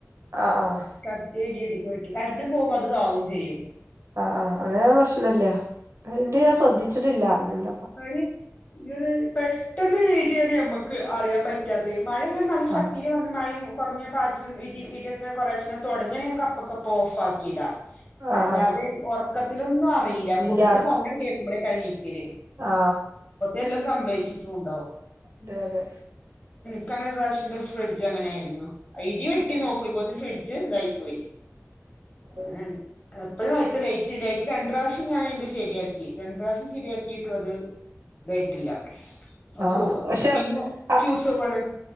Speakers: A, on the left; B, on the right.
A: <unintelligible>
B: ആഹ്
A: താവും ചെയ്യും
B: ആ ആ അങ്ങനെയാവുമ്പോ പ്രശ്നല്ല ഇന്റെ ഞാൻ ശ്രദ്ധിച്ചിട്ടില്ല <inaudible>
A: പടി <unintelligible> പെട്ടെന്ന് <unintelligible> നമ്മുക്ക് അറിയാൻ പറ്റാത്തെ മഴ ഇങ്ങനെ നല്ല ശക്തീല്
B: ആഹ്
A: വന്ന് മഴയും കൊറഞ്ഞ പാറ്റിലും ഇടീം ഇടിയൊക്കെ കുറേശ്ശെന തെടങ്ങാണേ നമ്മക്ക് അപ്പക്കപ്പക്ക് ഓഫ് ആക്കി ഇടാം
B: ആഹ്
A: അല്ലാതെ
B: ആഹ്
A: ഒർ ക്കത്തിലൊന്നറ പെയ്യില്ല
B: ഇല്ല
A: പൊട്ട്ണ സൗണ്ട് അങ്ങട് കേക്കുമ്പളേക്കാ എണീക്കല്
B: ആ
A: ല്ലോ സംഭവിച്ചിട്ടുണ്ടോവും
B: അതെ അതെ
A: ക്കങ്ങനെ ഒരു പ്രാശം എൻ്റെ ഫ്രിഡ്ജ് അങ്ങനായിരുന്നു അ ഇടി വെട്ടി
B: ആഹ്
A: നോക്കു ഇപ്പോഴത്തെന് ഫ്രിഡ് ജ്ജ് ഇതായി പോയി
B: ഉ
A: അങ്ങനെണ്ട് എപ്പഴും അയിത്ത് ലൈറ്റ് ലൈറ്റ് രണ്ട്റാശം ഞാൻ അതിന്റെ ശരിയാക്കി രണ്ട് റാശം ശരിയാക്കിയിട് ഇതായിട്ടില്ല അപ്പൊ
B: ആ പഷേ
A: പിന്നിം
B: അ
A: ഫ്യൂസോവാണ്